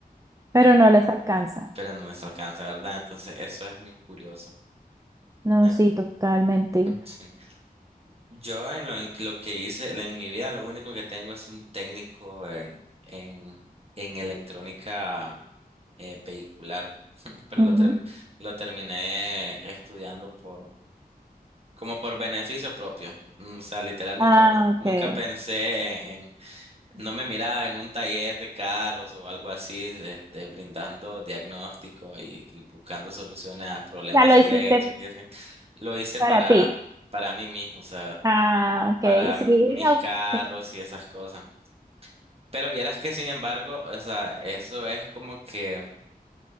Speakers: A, on the right; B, on the right.
A: Pero
B: y
A: no les alcanza.
B: pero no les alcanza, ¿verdad? Entonces eso es muy curioso.
A: No,
B: Eh,
A: sí, totalmente.
B: sí. Yo en lo, en lo que hice, en mi vida, lo único que tengo es un técnico en, en, en electrónica eh, vehicular, <laughs> pero
A: Ujú.
B: lo, ter- lo terminé estudiando por, como por beneficio propio. Mm, O sea, literal, nunca,
A: Ah,
B: pe- nunca
A: ok.
B: pensé en, no me miraba en un taller de carros o algo así, este, brindando diagnóstico y, y buscando soluciones a problemas
A: Ya lo
B: eléctricos.
A: hiciste
B: Lo hice
A: para
B: para,
A: ti.
B: para mí mismo, o sea
A: Ah, ok.
B: para
A: Sí,
B: mis
A: ok.
B: carros y esas cosas. Pero vieras que sin embargo, o sea, eso es como que